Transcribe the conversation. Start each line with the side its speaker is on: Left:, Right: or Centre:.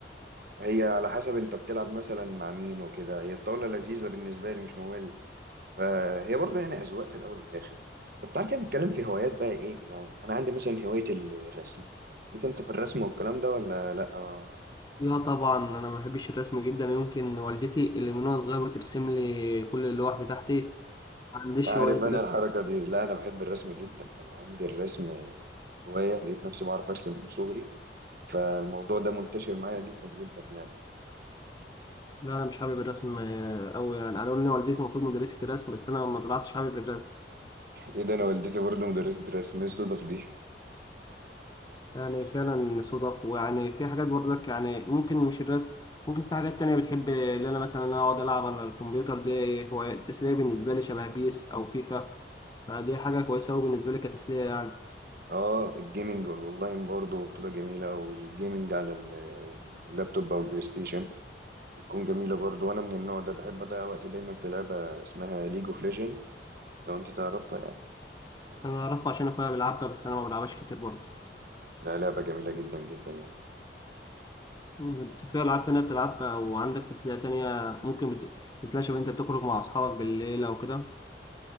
Right: هي على حسب انت بتلعب مثلا مع مين وكده هي الطاولة لذيذة بالنسبة لي مش ممل فهي برضو يعني أذواق في الأول والآخر طب تعال كده نتكلم في هوايات بقى إيه يعني أنا عندي مثلا هواية ال- الرسم ليك أنت في الرسم والكلام ده ولا لأ ما-
Left: لا طبعا انا ما بحبش الرسم جدا يمكن والدتي اللي من وانا صغير بترسم لي كل اللوح بتاعتي ما عنديش
Right: عارف
Left: هواية الرسم
Right: أنا الحركة دي لا أنا بحب الرسم جدا أنا عندي الرسم هواية لقيت نفسي بعرف أرسم من صغري فالموضوع ده منتشر معايا جدا جدا يعني
Left: لا انا مش حابب الرسم قوي يعني انا قالوا لي إن والدتي المفروض مدرسة الرسم بس انا ما طلعتش حابب الرسم
Right: إيه ده أنا والدتي برضو مدرسة رسم إيه الصدف دي
Left: يعني فعلا صدف ويعني في حاجات برضك يعني ممكن مش الرسم ممكن في حاجات تانية بتحب اللي انا مثلا أنا اقعد العب على الكمبيوتر دي هو التسلية بالنسبة لي شبه بيس او فيفا فدي حاجة كويسة قوي بالنسبة لي كتسلية يعني
Right: اه الجيمنج والاونلاين برضه بتبقى جميلة والجيمنج على ال- اللابتوب او البلاي ستيشن بتكون جميلة برضه وانا من النوع ده بحب اضيع وقتي دايما في لعبة اسمها ليج اوف ليجند لو انت تعرفها يعني
Left: انا اعرفها عشان اخويا بيلعبها بس انا ما بلعبهاش كتير برضه
Right: لا لعبة جميلة جدا جدا يعني
Left: انت في العاب تانية بتلعبها وعندك تسلية تانية ممكن بت... تسلية شبه انت بتخرج مع اصحابك بالليل او كده